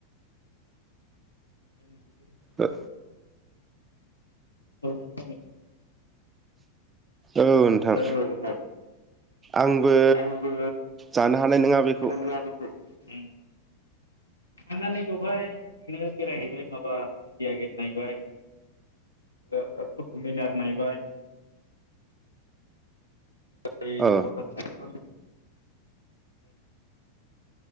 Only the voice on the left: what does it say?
जोंनिखौ गोथाव
<inaudible>
औ नोंथां
आंबो
हानाय नंङा बिखौ। उम थांनानै बेवहाय ओरैनो बेरायहैबाय माबा इन्डिया गेट नायबाय। ओ ओ कटुक मिनार नायबाय ओरै
लथास तेमपोल